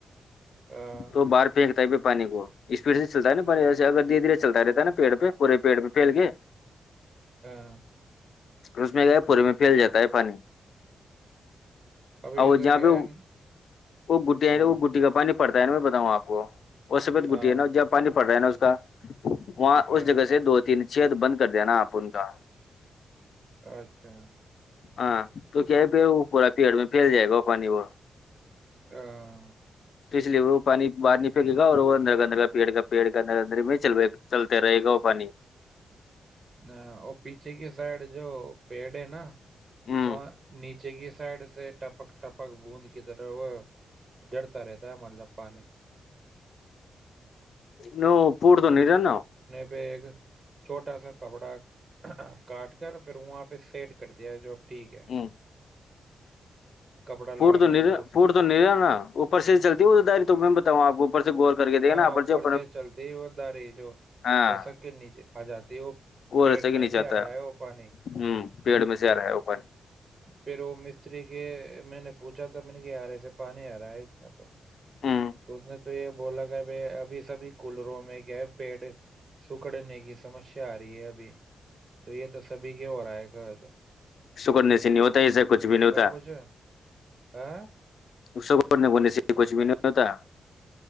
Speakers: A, on the right (about 40°); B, on the left (about 70°).
A: ہاں
B: تو بار پہ کتاب پانی کو اسپیڈ سے چلتا ہے نا پانی ایسے اگر دھیرے دھیرے چلتا رہتا ہے نا پیڑ پہ پورے پیڑ پہ پھیل کے
A: ہاں
B: اسس میں گیا پورے میں پھیل جاتا ہے پانی
A: اب یہ
B: اور
A: تو
B: جہاں
A: کیا
B: پہ
A: ہے
B: وہ گٹییا
A: ہاں
B: وہ گٹی کا پانی پڑتا ہے نا میں بتاؤں آپ کو وہ سبت
A: ہاں
B: گٹٹی نا ج جو پانی پڑ رہ ہے نا کا وہاں
A: ہاں
B: اس جگہ سے دو تین ا شت بند کر دیا نا آپ ان کا
A: اچھا
B: ہاں تو کیا ہے پ وہ پورا پیڑ میں پھیل جائے گا وہ پانی وہ
A: ہ <unintelligible>
B: تو اس لیے وہ پانی باہر نہیں پھیکے گا اور وہ اندر اندر پیڑ کا پیڑ کا اندر اندر میں چل چلتا رہے گا وہ پانی
A: ہاں، اور پیچھے کی سائڈ جو پیڑ ہے نا
B: ہوں
A: تو نیچ چ کی سائڈ سے ٹپک ٹپک بوند کی طرح وہ ڈرتا رہتا ہے مطلب پانی
B: ن پوور تو نہیں رہ نا
A: بیگ چھوٹا سا کپڑا کاٹ کر پھر وہاں پہ سیٹ کر دیا جو ٹھیک ہے
B: ہ
A: کپڑا لگانا
B: پور تو نہیں
A: پڑا اس
B: پور
A: پہ
B: تو نہیں رہا نا اوپر سے ہی چلتی وہ تو داری تو میں بتاؤں آپ کو اوپر سے گور کر کے د
A: ہاں
B: نا
A: اوپر
B: پر جو
A: سے چلتی وہ داری جو
B: ہاں
A: رسک کے نیچے آ جاتی ہے وہ
B: وہ
A: پیڑ
B: ایسا ہی
A: میں
B: نہیں
A: سے
B: چاہتا
A: آ رہا
B: ہ
A: ہے وہ پانی
B: پیڑ میں سے آ رہا ہے وہ پانی
A: پھر وہ مستری کے میں نے پوچھا تھا میں نے کہ آاراسے پانی آ رہا ہے اس میں تو
B: ہ
A: تو اس نے تو یہ بولا ب ابھی سبھی کولروں میں کیا پیڑ سکڑنے کی سمسیا آ رہی ہے ابھی تو یہ تو سبھی کے ہو رہا ہے گج
B: اسکنے سے نہیں ہوتا ایے کچھ بھی نہیں ہوتا
A: کچھ ہ
B: اسنےنے سے کچھ بھی نہیں ہوتا